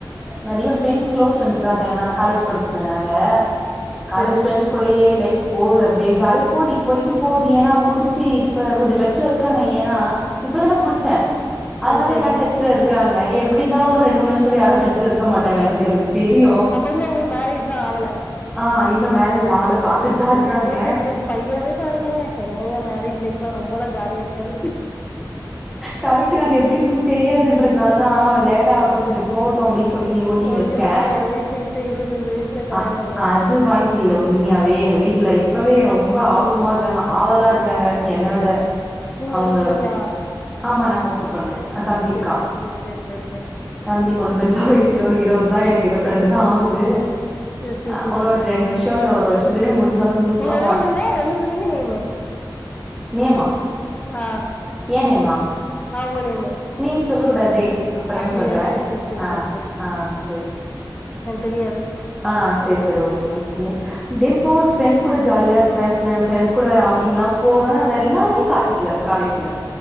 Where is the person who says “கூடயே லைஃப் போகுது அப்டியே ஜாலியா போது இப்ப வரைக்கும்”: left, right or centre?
Centre